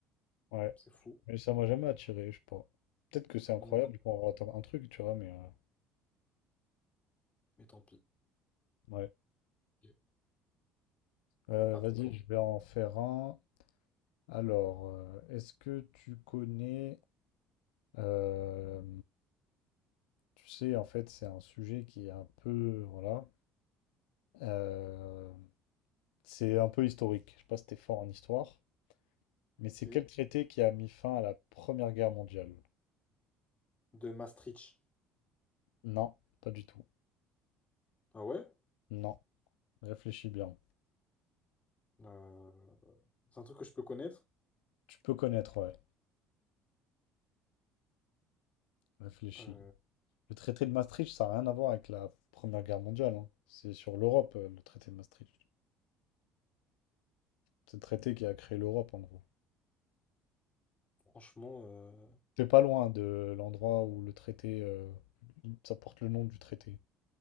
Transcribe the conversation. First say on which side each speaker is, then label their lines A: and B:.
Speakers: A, on the left (about 80°); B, on the left (about 30°).
A: Ouais.
B: C'est fou.
A: Mais ça m'a jamais attiré, je sais pas. Peut-être que c'est incroyable
B: Moi non plus.
A: qu'on rate un truc, tu vois, mais... euh,
B: Mais tant pis.
A: ouais.
B: Ok.
A: Euh,
B: À
A: vas-y,
B: ton tour.
A: je vais en faire un. Alors, euh, est-ce que tu connais... euh, tu sais, en fait, c'est un sujet qui est un peu... Voilà. Euh, c'est un peu historique. Je sais pas si t'es fort en histoire. Mais
B: Ok.
A: c'est quel traité qui a mis fin à la Première Guerre mondiale?
B: De Maastricht.
A: Non, pas du tout.
B: Ah ouais?
A: Non, réfléchis bien.
B: Euh, C'est un truc que je peux connaître.
A: Tu peux connaître, ouais. Réfléchis.
B: Euh,
A: Le traité de Maastricht, ça n'a rien à voir avec la Première Guerre mondiale. hein. C'est sur l'Europe, euh, le traité de Maastricht. C'est le traité qui a créé l'Europe, en gros.
B: franchement, euh,
A: T'es pas loin de l'endroit où le traité... euh, ça porte le nom du traité.